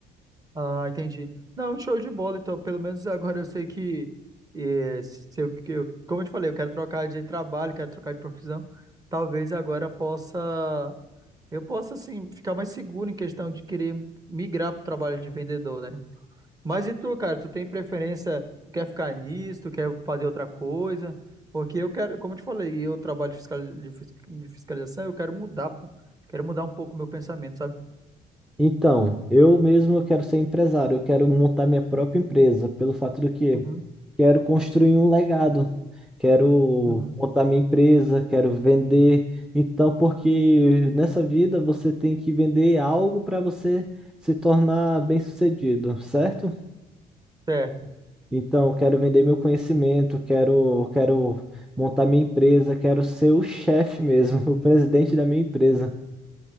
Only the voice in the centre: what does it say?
Então, eu mesmo quero ser empresário, eu quero montar minha própria empresa, pelo fato do que
quero construir um legado, quero
montar minha empresa, quero vender. Então, porque nessa vida você tem que vender algo para você se tornar bem-sucedido, certo?
Então, eu quero vender meu conhecimento, quero, quero montar minha empresa, quero ser o chefe mesmo, <laughs> o presidente da minha empresa.